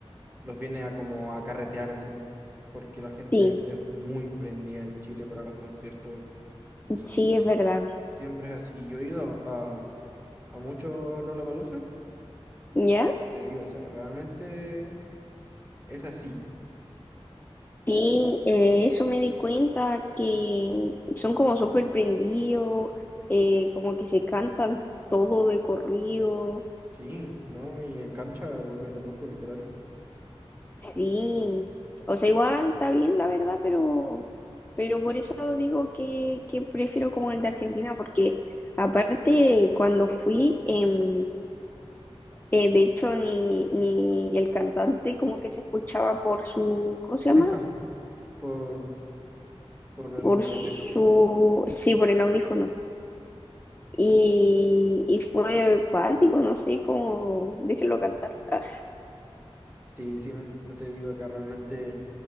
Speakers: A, on the right (about 20°); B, on the left (about 20°).
A: los viene a como a carretear así. Porque la gente
B: sí,
A: es muy prendida en Chile para los conciertos. Y,
B: sí es verdad.
A: y siempre es así. Yo he ido a, a, a muchos Lollapalooza,
B: ¿Ya?
A: y te digo, o sea, realmente es así,
B: Sí, eh, eso me di cuenta que son como súper prendidos, eh, como que se cantan todo de corrido.
A: sí, ¿no? Y en cancha vuélvete loco, literal.
B: Sí, o sea, igual está bien, la verdad, pero, pero por eso digo que, que prefiero como el de Argentina, porque aparte cuando fui, em, eh, de hecho, ni, ni el cantante como que se escuchaba por su, ¿cómo se
A: <laughs>
B: llama?
A: Por, por el
B: Por su,
A: audífono.
B: sí, por el audífono. Y, y fue acuático, no sé cómo, déjenlo cantar. Ah,
A: Sí, sí, no no te digo acá realmente